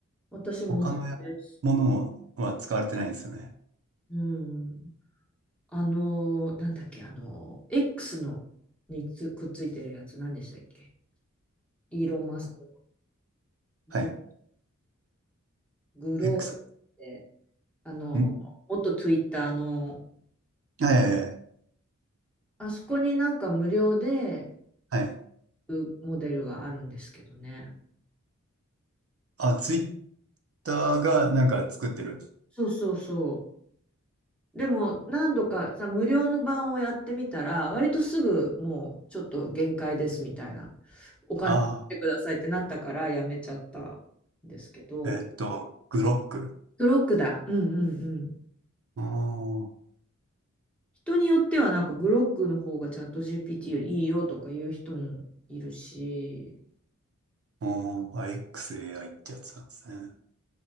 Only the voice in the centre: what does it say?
私も同じです。
うん。あのー、なんだっけ、あのー、X のにつくっついてるやつ、何でしたっけイーロン・マスクのグ、
グローバルって、
あのー、
元 Twitter の、
あそこになんか無料で
うモデルがあるんですけどね。
そうそうそう。でも何度かさ、無料の版をやってみたら、割とすぐもうちょっと限界ですみたいな、お金払ってくださいってなったからやめちゃったんですけど、
クロックだ。うんうんうん。
人によってはなんかグロックの方がチャット GPT よりいいよとか言う人もいるし、